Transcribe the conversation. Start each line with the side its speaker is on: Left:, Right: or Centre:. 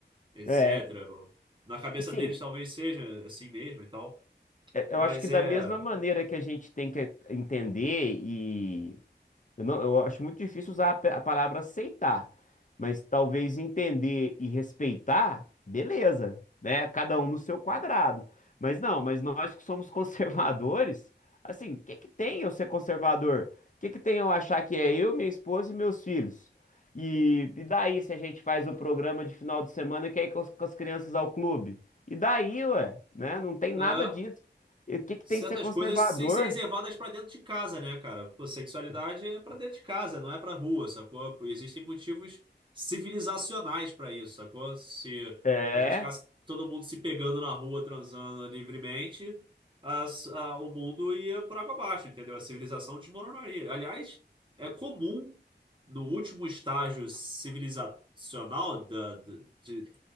Right: etc.
Left: É,
Right: Na cabeça
Left: sim,
Right: deles talvez seja assim mesmo e tal.
Left: é, eu
Right: Mas
Left: acho que da
Right: é.
Left: mesma maneira que a gente tem que entender e Eu não, eu acho muito difícil usar a pe- a palavra aceitar, mas talvez entender e respeitar, beleza, né? Cada um no seu quadrado. Mas não, mas nós que somos <laughs> conservadores, assim, o que que tem eu ser conservador? O que que tem eu achar que é eu, minha esposa e meus filhos? E, e daí se a gente faz o programa de final de semana que é ir com, as com as crianças ao clube? E daí, ué, né? Não tem nada
Right: é.
Left: disso. E o que que
Right: certas
Left: tem ser conservador?
Right: coisas têm que ser reservadas pra dentro de casa, né, cara? Pô, sexualidade é pra dentro de casa, não é pra rua, sacou? Pô, Existem motivos civilizacionais pra isso, sacou? Se
Left: É.
Right: a gente ficasse todo mundo se pegando na rua, transando livremente, as- a- o mundo ia por água abaixo, entendeu? A civilização desmoronaria. Aliás, é comum no último estágio civilizacional da, da- de-